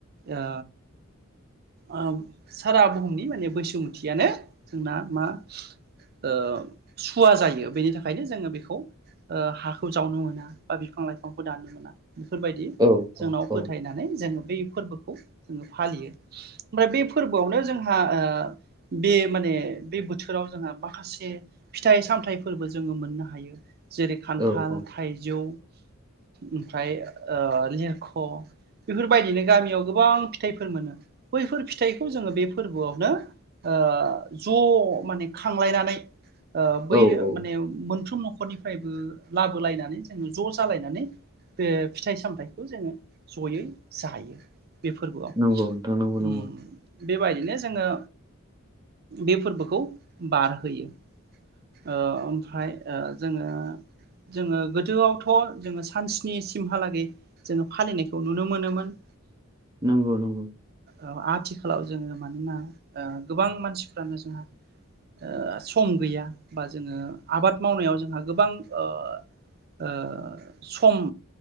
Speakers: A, on the right; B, on the right.
A: आ आ सारा बुहुमनि माने बैसुमुथियानो जोंना मा ओ सुवा जायो बेनि थाखायनो जोङो बेखौ ओ हाखौ जावनो मोना बा बिफां लाइफांखौ दाननो मोना बेफोरबायदि
B: औ
A: जोंनाव
B: औ औ
A: फोथायनानै जोङो बै फोरबोखौ जोङो फालियो ओमफ्राय बे फोरबोआवनो जोंहा बे माने बे बोथोराव जोंहा माखासे फिथाइ सामथाइफोरबो जोङो मोननो हायो जेरै खान्थाल
B: औ औ
A: थाइजौ ओमफ्राय ओ लिरख' बेफोर बायदिनो गामियाव गोबां फिथाइफोर मोनो बैफोर फिथाइखौ जोङो बे फोरबोआवनो ओ ज' माने खा खांलायनानै ओ बै
B: औ औ
A: माने मोन गंफ्रोम न'खरनिफ्रायबो लाबोलायनानै जोङो ज' जालायनानै बे फिथाइ सामथायाइखौ जोङो जयै जायो बे फोरबोआव
B: नंगौ नोंथां नंगौ नंगौ
A: उम‌ बे बायदिनो जोङो बे फोरबोखौ बारहोयो ओ ओमफ्राय ओ जोङो जोङो गोदोआवथ' जोङो सान स्नि सिम हालागै जोङो फालिनायखौ नुनो मोनोमोन
B: नंगौ नंगौ
A: ओ आथिखालाव जोङो मानोना ओ गोबां मानसिफ्रानो जोंहा ओ सम गैया बा जोङो आबाद मावनायाव जोंहा गोबां ओ ओ सम